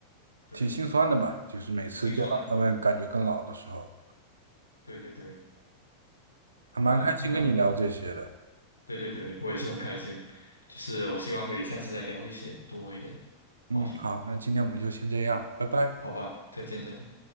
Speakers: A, on the left; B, on the right.
A: 对，
B: 挺心酸的吧，就是每次见到他们感觉更老的时候，
A: 挺心酸的，对，对对对，
B: 还蛮开心跟你聊这些的。
A: 好吧，那对对对，我也是很开心，就是我希望可以下次再聊一些多一点的
B: 嗯，
A: 话题，
B: 好，那今天我们就先这样，拜拜。
A: 好吧，再见再见。